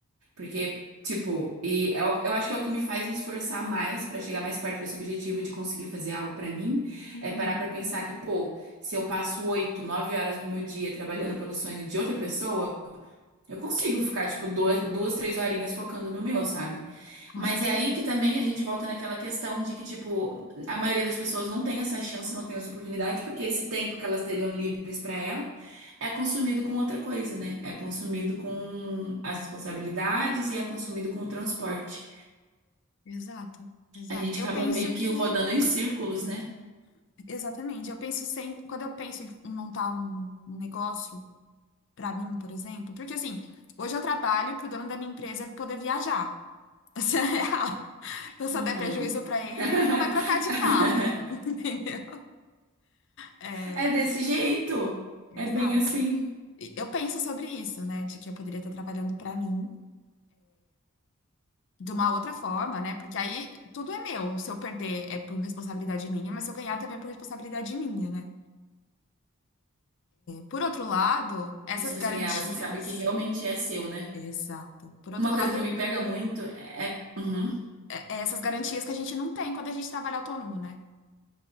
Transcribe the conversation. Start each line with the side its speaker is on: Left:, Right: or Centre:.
Right: porque Tipo, e é o- eu acho que é o que me faz me esforçar mais pra chegar mais perto desse objetivo de conseguir fazer algo pra mim,
Left: Uhum.
Right: é parar pra pensar que, pô, se eu passo oito, nove horas do meu dia trabalhando pelo sonho de outra pessoa, eu consigo ficar, tipo, duas, duas, três horinhas focando no meu, sabe?
Left: Com
Right: Mas
Left: certeza.
Right: é aí que também a gente volta naquela questão de que, tipo, a maioria das pessoas não tem essa chance, não tem essa oportunidade, porque esse tempo que elas teriam livres pra ela é consumido com outra coisa, né? É consumido com as responsabilidades e é consumido com o transporte.
Left: Exato, exato.
Right: A gente
Left: Eu
Right: acaba
Left: penso
Right: meio que
Left: que,
Right: rodando em círculos, né?
Left: exatamente, eu penso sempre, quando eu penso em montar um um negócio pra mim, por exemplo? Porque assim, hoje eu trabalho pro dono da minha empresa poder viajar. <laughs> Isso é real. Então, se
Right: Uhum.
Left: eu der prejuízo pra ele,
Right: <laughs>
Left: ele não vai trocar de carro. <laughs> Entendeu? É,
Right: É desse jeito.
Left: exato.
Right: É bem assim.
Left: E Eu penso sobre isso, né? De que eu poderia estar trabalhando pra mim de uma outra forma, né? Porque aí tudo é meu. Se eu perder é por responsabilidade minha, mas se eu ganhar também é por responsabilidade minha, né? Por outro lado, essas
Right: E se você
Left: garantias.
Right: ganhar, você sabe que realmente é seu, né?
Left: Exato. Por outro
Right: Uma coisa
Left: lado,
Right: que me pega muito é, uhum,
Left: é- é essas garantias que a gente não tem quando a gente trabalha autônomo, né?